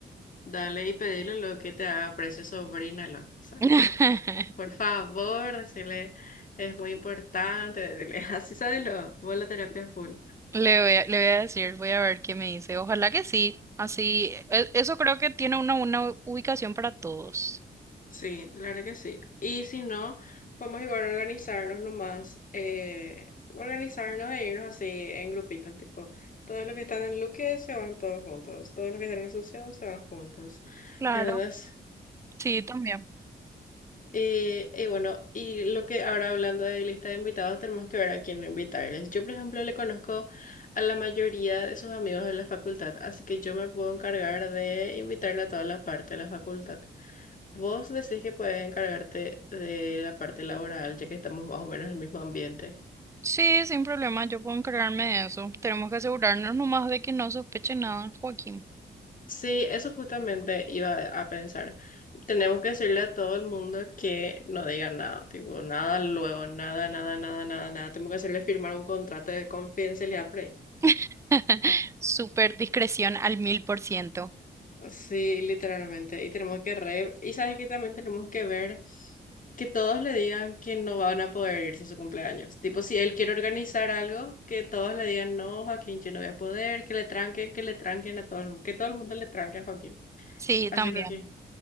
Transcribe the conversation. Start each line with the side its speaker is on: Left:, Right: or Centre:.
Left: Dale y pedirle lo que te haga precio, sobrínalo. O sea,
Right: <laughs>
Left: tipo, por favor, decirle, es muy importante, decirle, <laughs> así sabelo, vos la terapia full.
Right: Le voy a, le voy a decir, voy a ver qué me dice. Ojalá que sí. Así, e- eso creo que tiene una, una ubicación para todos.
Left: Sí, la verdad que sí. Y si no, vamos igual a organizarnos nomás, eh, organizarnos e irnos así en grupitos, tipo, todos los que están en Luque se van todos juntos, todos los que están en Asunción se van juntos.
Right: Claro.
Left: Entonces,
Right: Sí, también.
Left: Y, y bueno, y lo que ahora hablando de lista de invitados, tenemos que ver a quién invitarles. Yo, por ejemplo, le conozco a la mayoría de sus amigos de la facultad, así que yo me puedo encargar de invitarle a toda la parte de la facultad. Vos decís que puedes encargarte de la parte laboral, ya que estamos más o menos en el mismo ambiente.
Right: Sí, sin problema, yo puedo encargarme de eso. Tenemos que asegurarnos nomás de que no sospeche nada, Joaquín.
Left: Sí, eso justamente iba a pensar. Tenemos que decirle a todo el mundo que no digan nada, tipo nada luego, nada, nada, nada, nada, nada. Tenemos que hacerle firmar un contrato de confidencialidad pre.
Right: <laughs> Súper discreción al mil por ciento.
Left: Sí, literalmente. Y tenemos que re... Y sabes que también tenemos que ver que todos le digan que no van a poder irse a su cumpleaños. Tipo, si él quiere organizar algo, que todos le digan, no, Joaquín, yo no voy a poder, que le tranquen, que le tranquen a todo el mundo, que todo el mundo le tranque a Joaquín.
Right: Sí,
Left: Así,
Right: también.
Left: Joaquín.